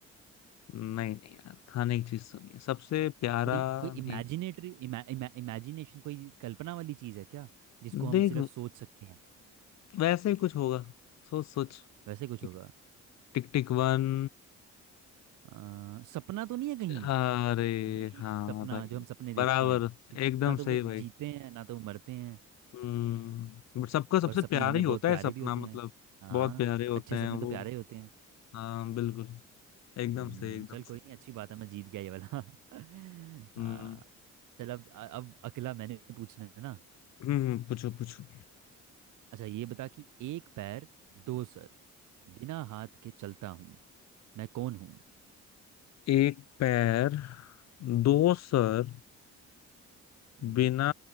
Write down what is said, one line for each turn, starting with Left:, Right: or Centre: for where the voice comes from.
Left: नहीं नहीं यार खाने की चीज तो नहीं है सबसे प्यारा
Right: कोई कोई
Left: नहीं
Right: इमेजिनेटरी इमा, इमा, इमेजिनेशन कोई कल्पना वाली चीज़ है क्या जिसको हम
Left: देख
Right: सिर्फ सोच सकते हैं
Left: वैसे ही कुछ होगा सोच सोच
Right: वैसे कुछ
Left: टिक
Right: होगा
Left: टिक टिक वन
Right: अ, सपना तो नहीं है कहीं
Left: अरे
Right: ड्रीम
Left: हाँ
Right: सपना
Left: भाई
Right: जो हम सपने देखते
Left: बराबर
Right: हैं क्योंकि
Left: एकदम
Right: ना तो
Left: सही
Right: वो
Left: भाई
Right: जीते हैं ना तो वो मरते हैं
Left: हम्म बट सबका सबसे
Right: और सपने
Left: प्यारा
Right: हमें
Left: ही होता
Right: बहुत प्यारे
Left: है सपना
Right: भी होते
Left: मतलब
Right: हैं हाँ
Left: बहुत प्यारे होते
Right: अच्छे
Left: हैं
Right: सपने
Left: वो
Right: तो प्यारे ही होते हैं
Left: हाँ बिल्कुल एकदम
Right: हम्म,
Left: सही एकदम
Right: चल
Left: सही
Right: कोई नहीं अच्छी बात है मैं जीत गया ये वाला <laughs>
Left: हम्म
Right: हाँ चल अब अब अकेला मैंने पूछना है ना
Left: हम्म, पूछो पूछो
Right: अच्छा ये बता कि एक पैर दो सर बिना हाथ के चलता हूँ मैं कौन हूँ
Left: एक पैर दो सर
Right: हम्म
Left: बिना